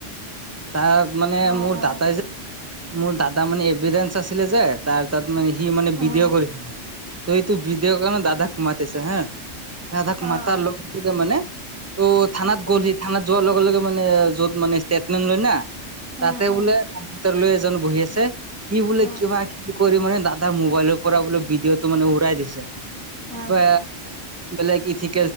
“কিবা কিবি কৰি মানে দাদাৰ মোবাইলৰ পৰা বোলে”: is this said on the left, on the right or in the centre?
Right